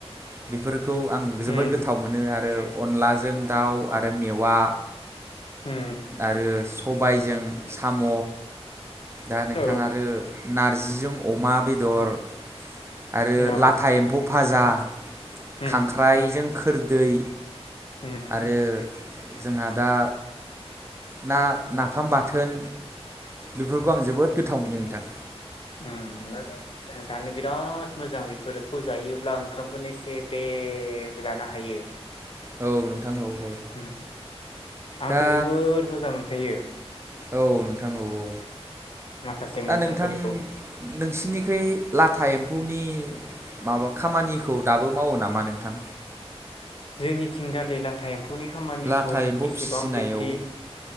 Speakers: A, on the right; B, on the left.
A: बेफोरखौ आं जोबोद
B: उम
A: गोथाव मोनो आरो अनलाजों दाउ आरो मेवा
B: उम
A: आरो सबायजों साम', दा नोंथाङ
B: औ
A: आरो नारजिजों अमा बेदर, आरो
B: औ
A: ला था एम्फौ फाजा,
B: उम
A: खांख्राइजों खोरदै,
B: उम
A: आरो जोंहा दा ना नाफाम बाथोन, बेफोरखौ आं जोबोद गोथाव मोनो नोंथां।
B: उम मोजां जानो बिराद मोजां बेफोरखौ जायोब्ला ओंखामखौनो एसे ब्रेब जानो हायो।
A: औ नोंथां औ औ।
B: उम आंथ'
A: दा
B: जोबोद मोजां मोनखायो
A: औ नोंथां औ औ।
B: माखासे
A: दा
B: मैगंफोरखौ
A: नोंथां नोंसिनिखोइ लाथा एम म्फौनि माबा खामानिखौ दाबो मावो नामा नोंथां?
B: जोंनिथिं गालि लाथा ए म्फौनि खामानिखौ
A: लाथा एम्फौ
B: एसेबां
A: फिसिनायाव
B: बिब्दि